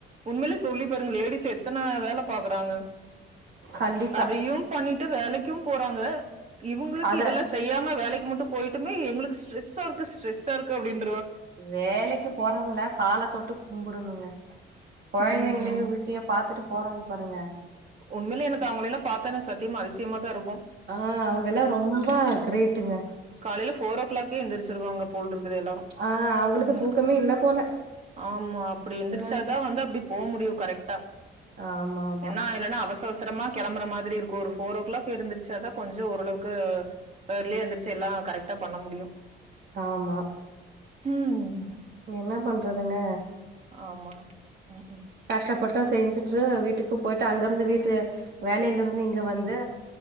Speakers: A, on the right; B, on the right.
A: உண்மையில சொல்லி பாருங்கலே லேடிஸ் எத்தன வேலை பாக்குறாங்க
B: கண்டிப்பா
A: அதையு பண்ணிட் ட்டு வேலைக்கும் போறாங்க இவங்களுக்கு
B: அத
A: இதெல்லா செய்யாம வேலைக்கு மட்டும் போயிட்டுமே எங்களுக்கு ஸ்ட்ரெஸ்சாருக்கு ஸ்ரெஸ்சாருக்கு அப்டின்
B: வேலைக்கு போறவங்கள காலத் தொட்டு கும்புடணுங்க கொழந்தைங்களையு
A: ம்
B: வீட்டையு பாத்து பாத்துட்டு போறாங்க பாருங்க
A: உண்மையில எனக்கு அவங்களெல்ல பாத்தா சத்தியமா அதிசயமா தா ருக்
B: ஆ அவங்கெல்லா ரொம்ப கிரேட் விட்டுங்க
A: காலையில ஃபோர் ஓ கிளாக்கே எந்திரிச்சிருக்கவாங்க போல எல்லாரும்
B: ஆ அவங்களுக்கு
A: ம்
B: தூக்கமே இல்ல போல
A: ஆமா அப்டி எந்திரிச்சாதா
B: ஆ
A: வந்து அப்டி போ முடியு கரெக்டா
B: ஆமா ஆமா
A: என்னா இல்லன அவசர அவசர அவசரமா கெளம்புற மாதிரி இருக்கு ஒரு ஃபோர் ஓ கிளாக் இருந்திருச்சாதா கொஞ்சோ ஓரளவுக்கு இயர்லியா எந்துருச் ச்சல்லா கரெக்டா பண்ண முடியு
B: ஆமா
A: ம்
B: என்ன பண்றதுங்க
A: ஆமா ம் ம்
B: கஷ்டப்பட்டு செஞ்சுட்டு வீட்டுக்கு போயிட்டு அங்க இருந்து வீட்டு வேலையில இருந்து இங்க வந்து